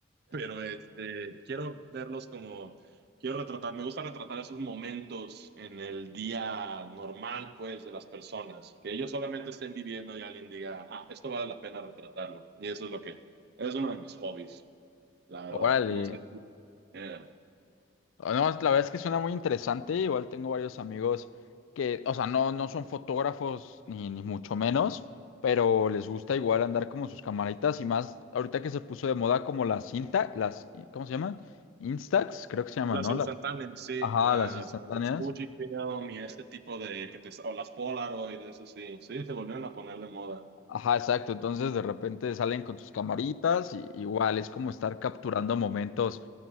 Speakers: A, on the right (about 50°); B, on the left (about 75°).
A: Pero este, quiero verlos como, quiero retratar, me gusta retratar esos momentos en el día normal, pues, de las personas, que ellos solamente estén viviendo y alguien diga, ah, esto vale la pena retratarlo. Y eso es lo que, es uno de mis hobbies, la verdad.
B: Órale.
A: No sé si, eh,
B: Ah, No, la verdad es que suena muy interesante. Igual tengo varios amigos que, o sea, no, no son fotógrafos ni, ni mucho menos, pero les gusta igual andar como sus camaritas y más ahorita que se puso de moda como las cinta, las, ¿cómo se llaman? Instax, creo que se llaman,
A: las
B: ¿no?
A: instantáneas,
B: Las,
A: sí,
B: ajá,
A: las
B: las instantáneas.
A: el Fujifilm y este tipo de, que te, o las Polaroid, eso sí, sí, se volvieron a poner de moda.
B: Ajá, exacto. Entonces de repente salen con sus camaritas y igual es como estar capturando momentos